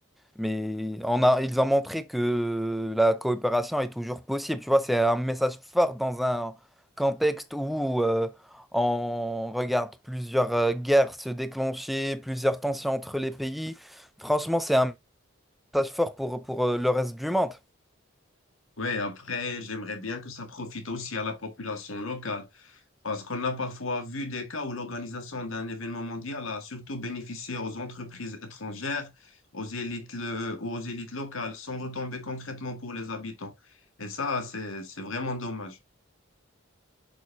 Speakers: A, in the centre; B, on the left (about 75°).
A: mais on a, ils ont montré que la coopération est toujours possible. Tu vois, c'est un message fort dans un contexte où euh, on regarde plusieurs euh, guerres se déclencher, plusieurs tensions entre les pays. Franchement, c'est un message fort pour, pour euh, le reste du monde.
B: Ouais, après, j'aimerais bien que ça profite aussi à la population locale. Parce qu'on a parfois vu des cas où l'organisation d'un événement mondial a surtout bénéficié aux entreprises étrangères, aux élites, le- ou aux élites locales, sans retomber concrètement pour les habitants. Et ça, c'est, c'est vraiment dommage.